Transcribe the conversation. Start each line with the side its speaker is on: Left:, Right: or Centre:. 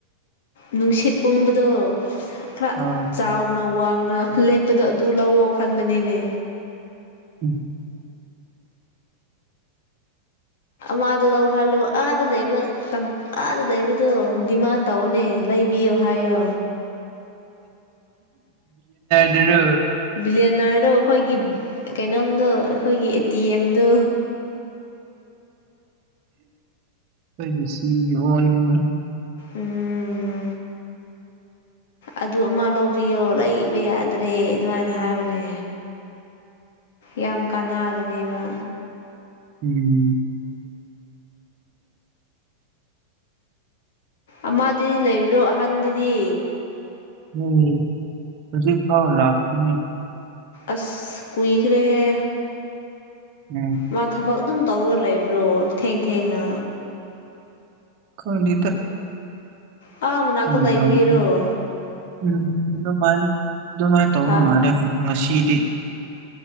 Left: ꯅꯨꯡꯁꯤꯠ ꯎꯡꯕꯗꯣ ꯈꯔ
Right: ꯑꯥ
Left: ꯆꯥꯎꯅ ꯋꯥ ꯅꯅ ꯂꯦꯞꯄꯗꯣ ꯑꯗꯨ ꯂꯧꯑꯣꯣ ꯈꯟꯕꯅꯤꯅꯦ
Right: ꯎꯝ
Left: ꯃꯥꯥꯗꯣ ꯂꯧ ꯍꯜꯂꯨ ꯑꯥꯗ ꯂꯩꯕ ꯑꯥꯗ ꯂꯩꯕꯗꯣ ꯗꯤꯃꯥꯟ ꯇꯧꯅꯦ ꯂꯩꯕꯤꯌꯣ ꯍꯥꯏꯌꯣ
Right: ꯗꯔ
Left: ꯕꯤꯂꯤꯌꯅꯔꯗꯣ ꯑꯩꯈꯣꯏꯒꯤ ꯀꯩꯅꯣꯝꯗꯣ ꯑꯩꯈꯣꯏꯒꯤ ꯑꯦ ꯇꯤ ꯑꯦꯝꯗꯣ
Right: ꯀꯁꯤ ꯑꯣꯅꯤ <inaudible>
Left: ꯎꯝ ꯑꯗꯨ ꯑꯃ ꯂꯧꯕꯤꯌꯣ ꯂꯩꯕ ꯌꯥꯗ꯭ꯔꯦ ꯑꯗꯨꯃꯥꯏꯅ ꯍꯥꯏꯕꯅꯦ ꯌꯥꯝ ꯀꯥꯅꯒꯅꯦꯕ
Right: ꯎꯝ
Left: ꯑꯃꯗꯗꯤ ꯂꯩꯕ꯭ꯔꯣ ꯑꯍꯟꯗꯨꯗꯤ
Right: ꯎꯝ ꯍꯧꯖꯤ ꯈ ꯂꯥꯛꯥꯛ
Left: ꯑꯁ ꯀꯨꯏꯈ ꯔꯦꯍꯦ
Right: ꯎꯝ
Left: ꯃꯥ ꯊꯕ ꯑꯗꯨꯝ ꯇꯧꯔꯒ ꯂꯩꯕ꯭ꯔꯣ ꯊꯦꯡ ꯊꯦꯡꯅ
Right: ꯈꯗ
Left: ꯑꯥ
Right: ꯎꯝ
Left: ꯃꯅꯥꯛꯇ ꯂꯩꯕꯒꯤꯔꯣ
Right: ꯑꯗꯨꯃꯥꯏꯅ ꯇꯧꯕ
Left: ꯍꯥ
Right: ꯃꯥꯜꯂꯦ ꯉꯁꯤꯗꯤ